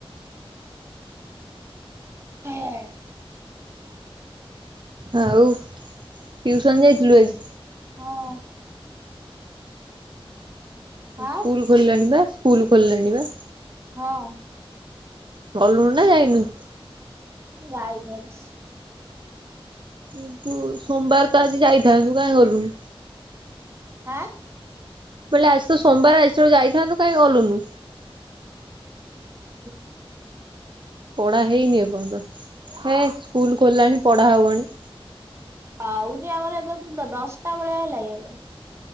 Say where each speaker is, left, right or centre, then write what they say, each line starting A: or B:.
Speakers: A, on the right; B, on the right.
A: ହଁ।
B: ଆଉ ଟ୍ୟୁସନ ଯାଇଥିଲୁ ଆଜି?
A: ହଁ।
B: ଆଉ
A: ଆଁ
B: ସ୍କୁଲ ଖୋଲିଲାଣି ବା। ସ୍କୁଲ ଖୋଲିଲାଣି ବା।
A: ହଁ
B: ଗଲୁଣୁ ନା ଯାଇନୁ?
A: ଗାଇନଜ
B: ଏ ସୋମବାର ତ ଆଜି ଯାଇଥାନ୍ତୁ କାହିଁ ଗଲୁନ।
A: ହାଁ?
B: ବୋଇଲେ ଆସି ତ ସୋମବାର ଆଜିଠାରୁ ଯାଇଥାନ୍ତୁ କାଇଁ ଗଲୁନୁ?
A: ହ
B: ପଢା ହେଇନି ଏ ପର୍ଯ୍ୟନ୍ତ ହଁ ସ୍କୁଲ ଖୋଲିଲାଣି ପଢ଼ା ହବଣି।
A: ହ ଉନି ଆମର ଏବେ ଦଶଟା ବେଳେ ହେଲେ